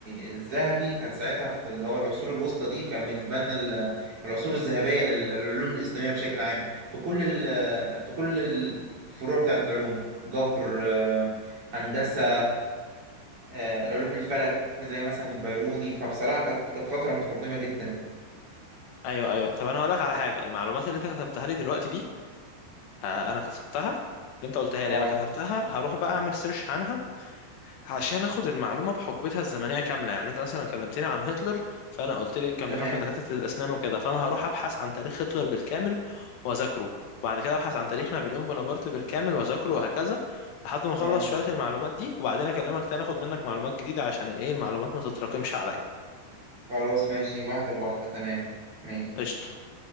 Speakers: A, on the right; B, on the left.
A: الذهبي كان ساعتها في اللي هو العصور الوسطى دي كان بالنسبة لنا ال- العصور الذهبية لل- للعلوم الإسلامية بشكل عام في كل ال- في كل الفروع بتاعت العلوم جبر آه، هندسة آه، علوم الفلك زي مثلا البيروني فبصراحة كانت كانت فترة متقدمة جدا
B: ايوه ايوه طب انا هقول لك على حاجة المعلومات اللي انت كتبتها لي دلوقتي دي آه انا كتبتها اللي انت قلتها
A: اه
B: لي انا كتبتها هروح بقى اعمل سيرش عنها عشان اخد المعلومه بحقبتها الزمنيه كامله يعني انت مثلا كلمتني عن هتلر فانا قلت لي كان
A: تمام
B: بيخاف من دكاتره الاسنان وكده فانا هروح ابحث عن تاريخ هتلر بالكامل واذاكره وبعد كده ابحث عن تاريخ نابليون بونابرت بالكامل واذاكره وهكذا لحد ما اخلص
A: اه
B: شويه المعلومات دي وبعدين اكلمك تاني اخد منك معلومات جديده عشان الايه المعلومات ما تتراكمش عليا
A: خلاص ماشي واحدة بواحدة تمام ماشي
B: قشطه